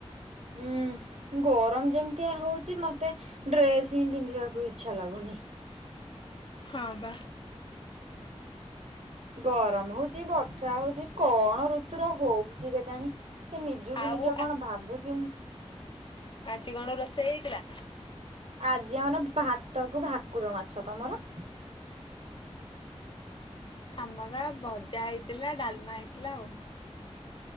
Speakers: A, on the right; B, on the left.
A: ହୁଁ, ଗରମ ଯେମିତିଆ ହଉଚି ମତେ ଡ୍ରେସ ହିଁ ପିନ୍ଧିବାକୁ ଇଚ୍ଛା ଲାଗୁନି।
B: ହଁ ବା।
A: ଗରମ ହଉଚି ବର୍ଷା ହଉଚି କ ହଁ ଋତୁର ହଉଚି କେଜାଣି, ସେ ନିଜକୁ
B: ଆଉ
A: ନିଜ କଣ ଭାବୁଚି
B: ଆଣ୍ଟି କଣ ରୋଷେଇ ହେଇଥିଲା?
A: ଆଜି ଆମର ଭାତ କୁ ଭାକୁର ମାଛ। ତମର?
B: ଆମର ଭଜା ହେଇଥିଲା ଡାଲମା ହେଇଥିଲା ଆଉ।